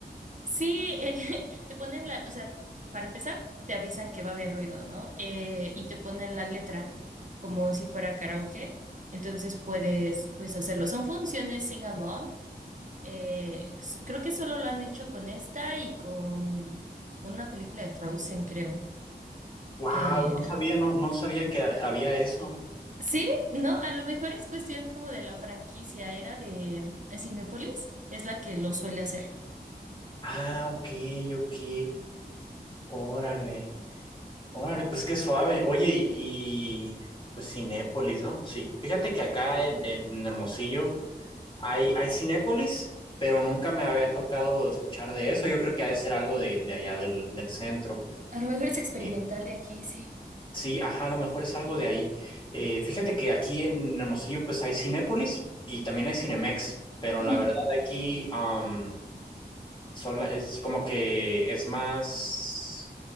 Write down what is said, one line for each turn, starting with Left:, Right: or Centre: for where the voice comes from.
Right: Sí, eh, <laughs> te ponen la, o sea, para empezar, te avisan que va a haber ruido, ¿no? Eh, y te ponen la letra como si fuera karaoke. Entonces puedes, pues, hacerlo. Son funciones sing along. Eh, s- creo que solo lo han hecho con esta y con una película de Frozen, creo.
Left: Wow,
Right: Eh,
Left: no sabía, no, no sabía que ha- había eso.
Right: <laughs> sí, no, a lo mejor es cuestión como de la franquicia, era de, de Cinépolis, es la que lo suele hacer.
Left: Ah, ok, ok. Órale, órale, pues qué suave. Oye, y, y, pues Cinépolis, ¿no? Sí. Fíjate que acá en, en Hermosillo hay, hay Cinépolis, pero nunca me había tocado escuchar de eso. Yo creo que ha de ser algo de, de allá del, del centro.
Right: A lo mejor es experimental
Left: Eh,
Right: de aquí, sí.
Left: Sí, ajá, a lo mejor es algo de ahí. Eh, fíjate que aquí en Hermosillo pues hay Cinépolis y también hay Cinemex, pero
Right: Ujú.
Left: la verdad aquí am, son la- es como que es más,